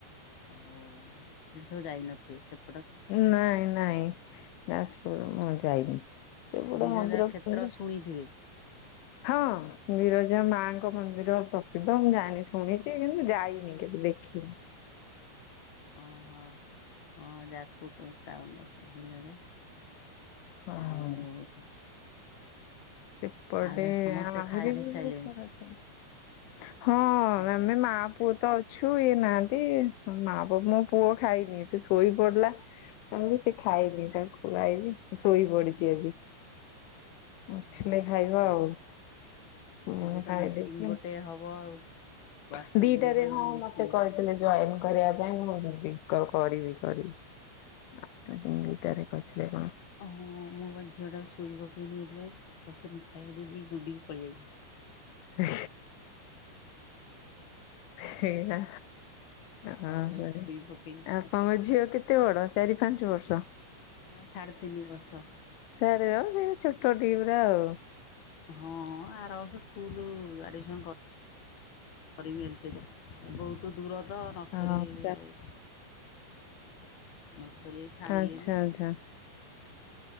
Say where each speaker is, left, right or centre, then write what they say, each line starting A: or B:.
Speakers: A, on the left; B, on the left.
A: ଆଉ ସେଠି ସବୁ ଯାଇନଥିବେ ସେ
B: ନାଇଁ ନାଇଁ ଯାଜପୁର ମୁଁ ଯାଇନି। ସେଗୁଡା
A: ବିରଜା
B: ମନ୍ଦିର <unintelligible>
A: କ୍ଷେତ୍ର ଶୁଣିଥିବେ
B: ହଁ। ବିରଜା ମାଙ୍କ ମନ୍ଦିର ପ୍ରସିଦ୍ଧ ମୁଁ ଯାଇନି ଶୁଣିଛି କିନ୍ତୁ ଯାଇନି କେବେ ଦେଖିନି।
A: ଓହୋ ହଁ ଯାଜପୁର ତ ଟାଉନ ସେ ବିରଜା।
B: ହଁ
A: ଆଉ
B: ସେପଟେ
A: ଆଉ ସମସ୍ତେ
B: ଆମା ଆହୁରି
A: ଖାଇ ପିଇ
B: ବି
A: ସାଇଲେଣି
B: ବହୁତ ସାରା ଅଛନ୍ତି। ହଁ
A: ଆଜ୍ଞା
B: ଆମେ ମା ପୁଅ ତ ଅଛୁ ଇଏ ନାହାନ୍ତି ହ ମା ପୁଅ ମୋ ପୁଅ ଖାଇନି ସେ ଶୋଇ ପଡିଲା। ଆ ମୁଁ ସେ ଖାଇନି ତାଙ୍କୁ ଖୁଆଇବି ଶୋଇ ପଡିଛି ଆଜି। ଉଠିଲେ
A: ହଁ
B: ଖାଇବ ଆଉ। ମୁଁ
A: ଏବେ ତ
B: ଖାଇଦେଇଚି
A: ମିଟିଂ ଗୋଟେ ହବ ଆଉ ହ୍ୱାଟ୍ସଆପ୍
B: ଦିଟାରେ
A: ଗ୍ରୁପରେ ଗୋଟେ
B: ହଁ
A: ମିଟିଂ
B: ମତେ କହିଥିଲେ। ଜଏନ କରିବା ପାଇଁ ମୁଁ ଯିବି କ କରିବି କରିବି। <unintelligible> ଦୁଇଟାରେ କରିଥିଲେ କଣ।
A: ଓହୋ ମୁଁ ବା ଝିଅଟାକୁ ଶୋଇ ପକେଇଲି ଏବେ। ଶ୍ୱଶୁରଙ୍କୁ ଖାଇବାକୁ ଦେଇ ଦେଇକି ଦୌଡ଼ିକି ପଳେଇ ଆଇଚି।
B: <unintelligible> ସେଇଆ। ହଁ
A: ତାକୁ
B: କରେ
A: ଶୋଇ ପକେଇଲି
B: ଆପଣଙ୍କ ଝିଅ କେତେ ବଡ ଚାରି ପାଞ୍ଚ ବର୍ଷ?
A: ନା ସାଢ଼େ ତିନି ବର୍ଷ।
B: ସାଢେ ଅ ସେ ଛୋଟ ଟି ପରା ଆଉ।
A: ହଁ ଆର ବର୍ଷ ସ୍କୁଲ ଆଡ଼ମିଶନ କରି କରିବି ଏଲ୍ କେ ବହୁତ ଦୂର ତ ନର୍ସରୀ
B: ହଁ ସା
A: ଆଉ ନର୍ସରୀ ଛାଡିଲିନି
B: ଆଚ୍ଛା ଆଚ୍ଛା
A: ଆଉ।